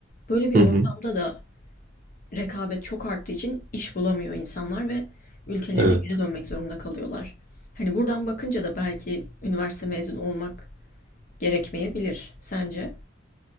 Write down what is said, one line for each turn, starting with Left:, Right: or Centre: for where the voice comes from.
Left: Böyle bir
Right: Hı
Left: ortamda
Right: hı.
Left: da rekabet çok arttığı için iş bulamıyor insanlar ve ülkelerine
Right: Evet.
Left: geri dönmek zorunda kalıyorlar. Hani buradan bakınca da belki üniversite mezunu olmak gerekmeyebilir sence?